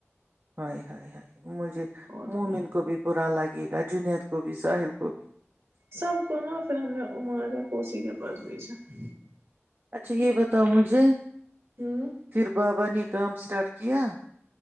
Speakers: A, on the right (about 50°); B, on the right (about 70°).
A: ہ ہائے ہاں مجھے
B: اور
A: م
B: کیا
A: من کو بھی برا لگے گ جنید کو بھی ساحل کوبھی
B: سب کو نا پھر ہم نے اماریا کوسی کے پاس بیچ چ <inaudible> <unintelligible>
A: اچھا یہ بتاؤ مجھے
B: ہ
A: پھر بابا نے کا سٹاٹ کیایا